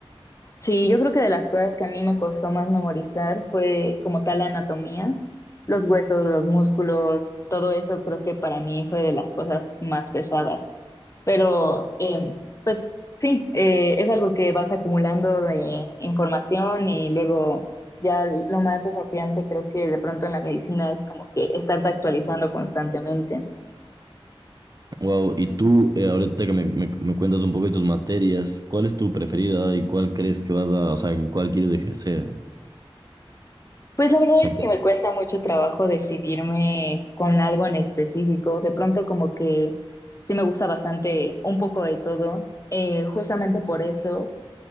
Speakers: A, on the left; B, on the right.
A: Sí, yo creo que de las cosas que a mí me costó más memorizar fue como tal la anatomía, los huesos, los músculos, todo eso creo que para mí fue de las cosas más pesadas. Pero em, pues sí, eh, es algo que vas acumulando de información y luego ya lo más desafiante creo que de pronto en la medicina es como que estarte actualizando constantemente.
B: Wow, y tú, eh, ahorita que me, me- me cuentas un poco de tus materias, ¿cuál es tu preferida y cuál crees que vas a, o sea, en cuál quieres ejercer?
A: Pues la verdad
B: O sea,
A: es
B: que-
A: que me cuesta mucho trabajo decidirme con algo en específico. De pronto como que sí me gusta bastante un poco de todo. Eh, justamente por eso